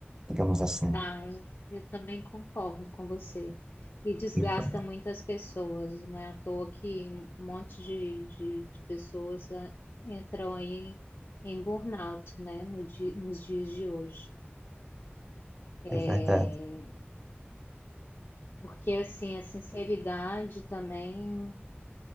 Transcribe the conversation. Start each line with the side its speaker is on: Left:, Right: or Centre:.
Right: digamos assim.
Left: Ai, eu também concordo com você. E desgasta
Right: Isso.
Left: muitas pessoas, e não é à toa que um monte de, de, de pessoas ah, entram aí em burnout, né, no di- nos dias de hoje. É,
Right: É verdade.
Left: porque, assim, a sinceridade também,